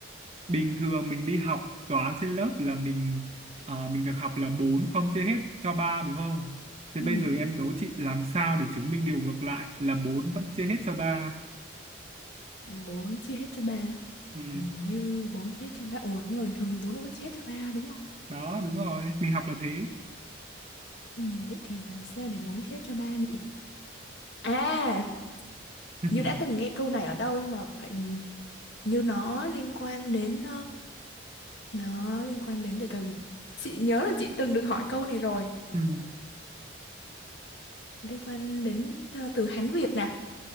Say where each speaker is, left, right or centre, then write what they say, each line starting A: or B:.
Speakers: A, on the right; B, on the left.
A: Bình thường mình đi học toán trên lớp là mình ờ, mình được học là 4 không chia hết cho 3 đúng không? Thế
B: ừ,
A: bây giờ em đố chị làm sao để chứng minh điều ngược lại là 4 vẫn chia hết cho ba
B: bốn chia hết cho ba
A: Ừ.
B: Hình như bốn chia hết cho ba ủa nhưng mà bình thường bốn đâu có chia hết cho ba đúng không
A: Đó, đúng rồi. Mình học là thế.
B: ừ, vậy thì làm sao để bốn chia hết cho ba nhỉ à hình
A: <laughs>
B: như đã từng nghe câu này ở đâu nhưng mà phải hình như nó liên quan đến nó liên quan đến từ từ chị nhớ là chị từng được hỏi câu này rồi
A: ừ.
B: liên quan đến ờ, từ Hán Việt nè